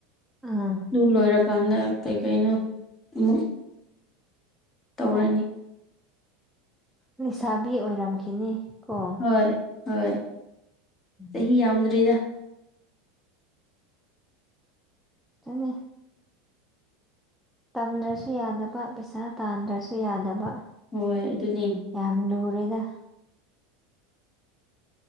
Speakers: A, in the centre; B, on the left.
A: ꯑꯥ
B: ꯑꯗꯨ ꯂꯣꯏꯔꯀꯥꯟꯗ ꯀꯩꯀꯩꯅꯣ ꯑꯃꯨꯛ ꯇꯧꯔꯅꯤ
A: ꯅ ꯂꯩꯁꯥꯕꯤ ꯑꯣꯏꯔꯝꯈꯤꯅꯤ ꯀꯣ
B: ꯍꯣꯏ ꯍꯣꯏ
A: ꯎꯝ
B: ꯆꯍꯤ ꯌꯥꯝꯗ꯭ꯔꯤꯗ
A: ꯆꯪꯅꯤ ꯇꯝꯗ꯭ꯔꯁꯨ ꯌꯥꯗꯕ ꯄꯩꯁꯥ ꯇꯥꯟꯗ꯭ꯔꯁꯨ ꯌꯥꯗꯕ
B: ꯍꯣꯏ ꯑꯗꯨꯅꯦ
A: ꯌꯥꯝ ꯂꯨꯔꯦꯗꯥ